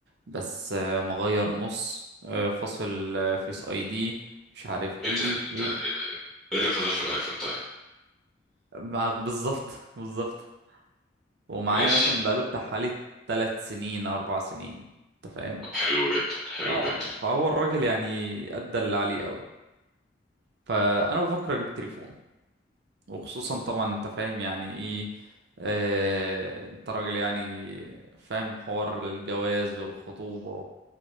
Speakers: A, on the right; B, in the centre.
A: بس آه مغير نص آه فاصل آه، فيس اي دي مش عارف ايه
B: ايه ده ايه
A: ايه
B: ده ايه ده؟ إيه ده؟ إيه اللي فاضل في الايفون طيب
A: معاك بالظبط <laughs> بالظبط ومعايا
B: ماشي
A: مثلا بقاله بتاع حوالي تلات سنين اربع سنين انت فاهم
B: طب حلو جدا حلو
A: اه
B: جدا
A: فهو الراجل يعني ادى اللي عليه قوي فانا بفكر اجيب تليفون وخصوصا طبعا انت فاهم يعني ايه آه انت راجل يعني فاهم حوار الجواز والخطوبة